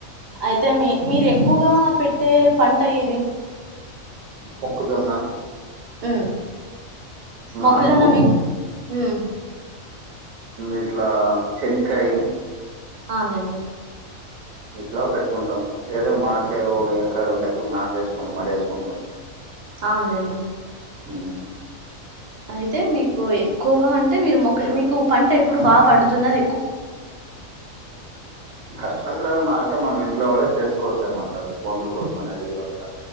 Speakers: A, on the right; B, on the right.
A: అయితే మీ మీరు ఎక్కువగా పెట్టే పంట ఏది
B: ముక్కుజొన్న
A: అ మొక్కజోన్న
B: అనుపు,
A: మీకు హ
B: ఇట్లా శనకాయ
A: అవునండి
B: ఇట్లా పెట్టుకుంటాము ఏదో మాకే ఒక ఎకర రెండుకరాలు నాటేసుకోంనీ మడేసుకుంటాం
A: అవునులేండి
B: హ్మ్.
A: అయితే మీకు ఎక్కువగా అంటే మీరు మొక్క మీకు పంట ఎప్పుడు బాగా పండుతున్నది
B: కష్టమే లేదు మా అంటే మనం ఇంట్లో వాళ్ళ చేసుకోవచ్చు అనమాట అవి మందులు కొట్కునేది ఈ రజు